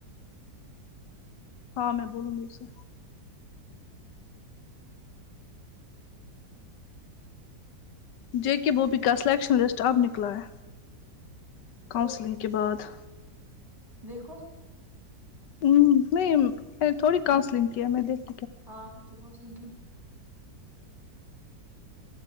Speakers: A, on the left (about 75°); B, in the centre.
A: ہاں میں بولوں گی اس سے جے کے بوبی کا سلیکشن لسٹ اب نکلا ہے کانسلنگ
B: ہاں
A: کے بعد
B: دیکھو
A: ہ نہیں تھوڑی کاؤنسلنگ کیا میں دیکھی
B: ہاں تو کو نہیں